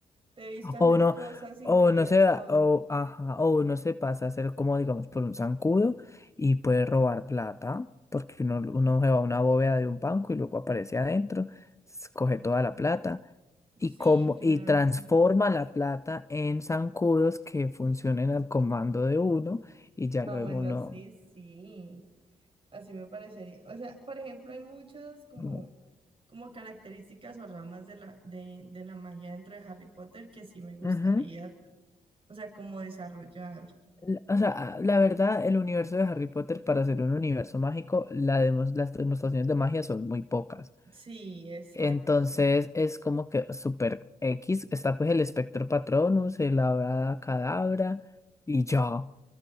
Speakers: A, on the right; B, on the left.
A: Te he visto hacer
B: O no,
A: cosas indebidas
B: o no se,
A: todo.
B: o, ajá, o uno se pasa a ser como, digamos, por un zancudo y puede robar plata, porque uno, uno se va a una bóveda de un banco y luego aparece adentro, s- coge toda la plata
A: Sí,
B: y, como,
A: claro.
B: y transforma la plata en zancudos que funcionen
A: <laughs>
B: al comando de uno y ya
A: Ah,
B: luego
A: bueno,
B: uno...
A: sí, sí. Así me parecería. O sea, por ejemplo, hay muchas como,
B: uno-
A: como características o ramas de la, de, de la magia dentro de Harry Potter que sí me gustaría,
B: Ujú.
A: o sea, como desarrollar.
B: L- O sea, la verdad, el universo de Harry Potter, para ser un universo mágico, la demos- las demostraciones de magia son muy pocas.
A: Sí, exacto.
B: Entonces es como que super X, está pues el espectro patronus, el Avada Kedavra y ya.